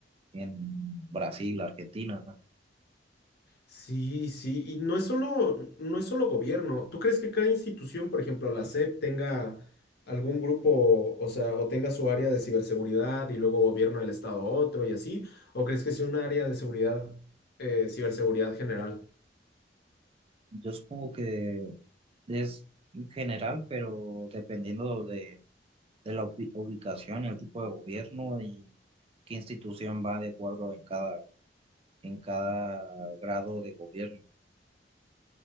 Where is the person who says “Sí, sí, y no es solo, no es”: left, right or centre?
Left